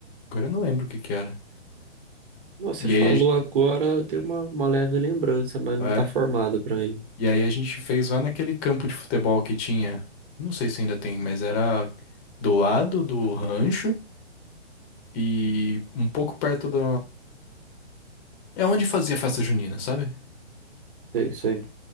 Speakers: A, on the left (about 25°); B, on the right (about 45°).
A: Agora eu não lembro o que que era.
B: Nossa, você
A: E
B: falou
A: aí a, gen-
B: agora, eu tenho uma, uma leve lembrança, mas não
A: é,
B: tá formada pra mim.
A: e aí a gente fez lá naquele campo de futebol que tinha. eu Não sei se ainda tem, mas era do lado do rancho e um pouco perto da. É onde fazia festa junina, sabe?
B: É isso aí.